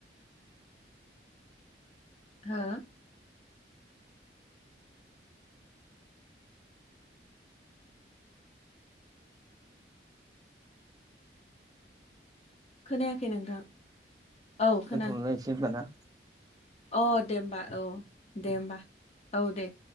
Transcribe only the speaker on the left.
हो? खोनायाखै नोंथां। औ खोना
अ दे ओमबा औ दे ओमबा औ दे।